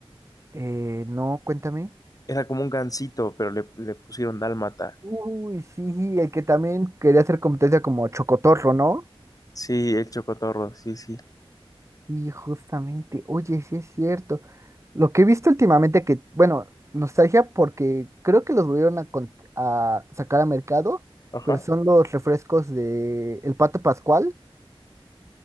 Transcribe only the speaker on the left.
Era como un gansito, pero le, le pusieron Dálmata.
Sí, el Chocotorro, sí, sí.
Ajá.